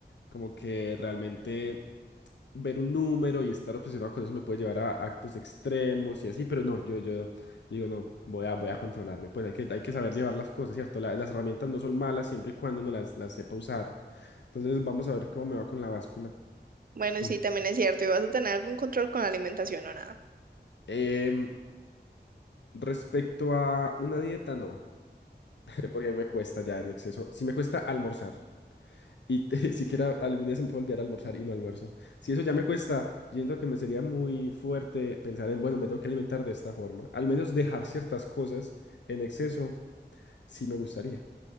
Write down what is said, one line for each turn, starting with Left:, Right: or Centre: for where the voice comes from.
Left: como que realmente. ver un número y estar obsesionado con eso me puede llevar a actos extremos y así, pero no, yo, yo, yo digo, no, voy a, voy a controlarme, pues hay que, hay que saber llevar las cosas, ¿cierto? La- las herramientas no son malas siempre y cuando uno las, las sepa usar. Entonces vamos a ver cómo me va con la báscula.
Right: Bueno,
Left: Ujú.
Right: sí, también es cierto. ¿Y vas a tener algún control con la alimentación o nada?
Left: Em, respecto a una dieta, no, <laughs> porque a mí me cuesta ya en exceso, sí me cuesta almorzar. Y te- <laughs> siquiera algún día se me puede olvidar almorzar y no almuerzo. Si eso ya me cuesta, yo siento que me sería muy fuerte pensar en, bueno, me tengo que alimentar de esta forma. Al menos dejar ciertas cosas en exceso, sí me gustaría.